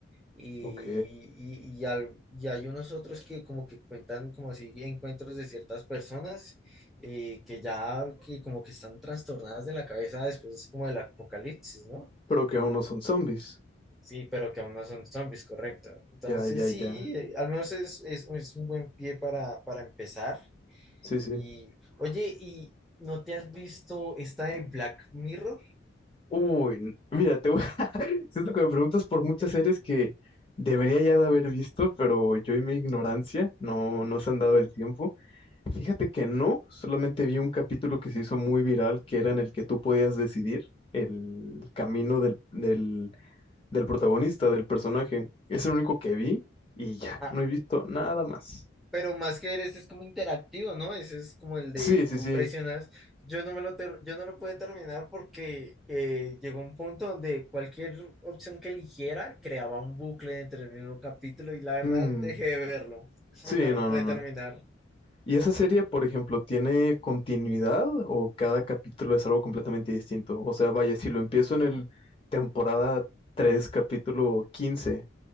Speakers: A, in the centre; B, on the left.
A: y,
B: ok.
A: y, y al- y hay unos otros que como que cuentan como así encuentros de ciertas personas eh, que ya que como que están trastornadas de la cabeza después como del apocalipsis, ¿no?
B: Pero que aún no son zombies.
A: Sí, pero que aún no son zombies, correcto. Entonces
B: Ya, ya, ya.
A: sí, eh, al menos es, es- es un buen pie para, para empezar.
B: Sí, sí.
A: Y oye, ¿y no te has visto esta de Black Mirror?
B: Uy, n- mira, te voy... <laughs> siento que me preguntas por muchas series que debería ya de haber visto, pero yo y mi ignorancia no, no se han dado el tiempo. Fíjate que no, solamente vi un capítulo que se hizo muy viral, que era en el que tú podías decidir el camino del, del, del protagonista, del personaje. Es el único que vi y ya,
A: Ah,
B: no he visto nada más.
A: Pero más que ver, ese es como interactivo, ¿no? Ese es como el de
B: Sí, sí,
A: tú
B: sí.
A: presionas. Yo no me lo, ter- yo no lo pude terminar porque eh, llegó un punto donde cualquier opción que eligiera creaba un bucle entre el mismo capítulo y la verdad
B: Mm,
A: dejé de verlo. <laughs>
B: sí,
A: No lo
B: no,
A: pude
B: no, no.
A: terminar.
B: ¿Y esa serie, por ejemplo, tiene continuidad o cada capítulo es algo completamente distinto? O sea, vaya, si lo empiezo en el temporada 3 capítulo 15,